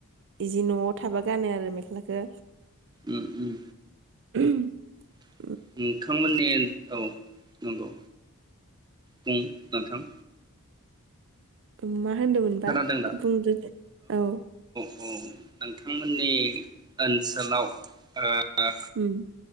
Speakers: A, on the right; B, on the right.
A: जि न'आव थाबा गानो आरो मेख्लाखो।
B: ओम ओम।
A: <unintelligible>
B: <unintelligible> औ नंगौ बुं नोंथां।
A: उम मा। होनदोमोनबा
B: खोनादों दा
A: बुंदोदे औ।
B: औ नोंथांमोननि ओनसोलाव ओ। ओ।
A: उम